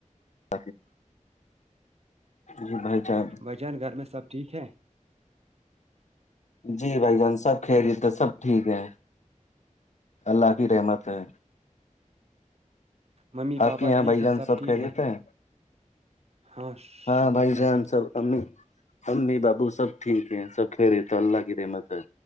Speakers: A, on the left (about 65°); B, on the right (about 55°).
A: ت جی بھائی چان
B: بھ جان گھر میں سب ٹھیک ہے
A: جی بھائی جان سب کھیلتے سب ٹھیک ہے اللہ کی رحمت ہے
B: ممی
A: آپ
B: پاپا
A: کے یہاں
B: ٹھیک
A: بھائی
B: ہے
A: جان سب
B: ٹھیک
A: کہ
B: ہے
A: دیتے ہیں
B: ہاں شکر
A: ہاں بھائی
B: اللہ
A: جان
B: کا
A: سب امی امی بابو سب ٹھیک ہیں سب خرے تو اللہ کی رحمت ہے